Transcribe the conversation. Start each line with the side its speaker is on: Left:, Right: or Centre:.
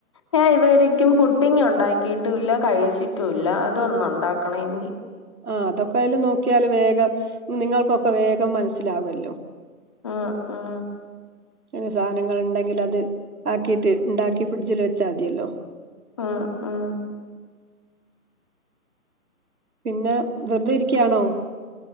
Left: ഞാൻ ഇത് വരേയ്ക്കും പുഡിങ് ഉണ്ടാക്കിട്ടുല്ല കഴിച്ചിട്ടുല്ല. ഇതൊന്ന് ഉണ്ടാക്കണെയ്നി
Right: ആ അതൊക്കെ അയ്ല് നോക്കിയാല് വേഗം നിങ്ങൾക്കൊക്കെ വേഗം മനസ്സിലാവല്ലോ
Left: ആഹ്‌ ആഹ്‌
Right: ഞ്ഞി സാധനങ്ങൾ ണ്ടെങ്കിൽ അത് ആക്കിട്ട് ണ്ടാക്കി ഫ്രിഡ്ജിൽ വെച്ചാൽ മതിയല്ലോ
Left: ആഹ്‌ ആഹ്‌
Right: പിന്നെ വെറുതെ ഇരിക്ക്യാണോ?